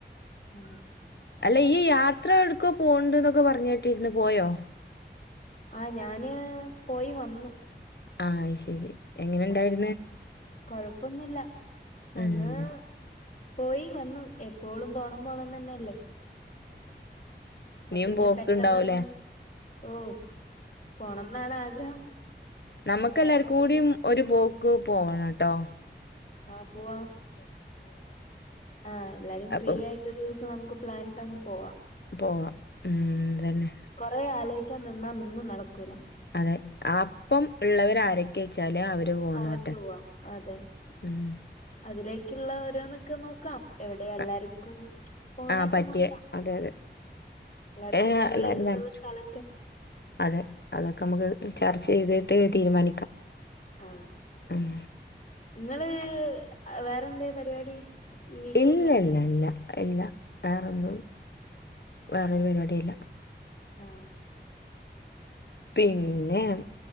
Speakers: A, on the left; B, on the left.
A: ആഹ്
B: അല്ല ഇയ്യ് യാത്ര എവ്ട്ക്കോ പോണ് ണ്ട്ന്നൊക്കെ പർഞ് കേട്ടിര്ന്ന് പോയോ?
A: ആഹ് ഞാന് പോയി വന്നു
B: ആഹ് അത് ശെരി എങ്ങനെണ്ടായിര്ന്ന്
A: ആഹ് കൊഴപ്പൊന്നുല്ല
B: ഉം
A: അങ്ങ് പോയി വന്നു എപ്പോളും പോണം പോണം ന്നെനല്ലേ അപ്പ
B: ഇനിയും
A: പിന്നെ
B: പോക്കുണ്ടാവൂലേ
A: പെട്ടെന്നങ്ങ് ഓഹ് പോണംന്നാണ് ആഗ്രഹം
B: നമ്മക്കെല്ലാർക്കു
A: പോയാ മതിയേനു
B: കൂടിം ഒരു പോക്ക് പോവണട്ടോ?
A: ആഹ് പോവാ ആഹ് എല്ലാരും
B: അപ്പം
A: ഫ്രീ ആയി ട്ടൊരൂസം നമ്മക്ക് പ്ലാനിട്ട് അങ്ങ് പോവാ
B: പോവാ ഉം തന്നെ
A: കൊറേ <unintelligible> നിന്നാ ഒന്നും നടക്കൂല
B: അതെ അപ്പം ഇള്ളവരാ ആരൊ കെച്ചലാ അവര് പോന്നോട്ടെ
A: അവർക്ക് പോവാം അതെ
B: ഉം.
A: അതിലേക്കുള്ള ഓരോന്നൊക്കെ നോക്കാം എവിടെ എല്ലാർക്കും
B: അ
A: പോണ്ടക്കെ
B: ആഹ് പറ്റിയ
A: നോക്കാം.
B: അതെ അതെ
A: എല്ലാർക്കും
B: ഏഹ്
A: നല്ല
B: എല്ലാരും
A: ഇഷ്ടള്ള
B: വരണം.
A: സ്ഥലൊക്കെ.
B: അതെ അതൊക്കെ നമുക്ക് ചർച്ച ചെയ്തിട്ട് തീരുമാനിക്കാം.
A: ആഹ്
B: ഉം.
A: ഇങ്ങള് വേറെന്താ പരിപാടി ഈ വീക്കൊക്കെ
B: ഇല്ല ഇല്ല ഇല്ല ഇല്ല വേറൊന്നും. വേറെരു പരിപാടിയില്ല
A: ആ
B: പിന്നെ.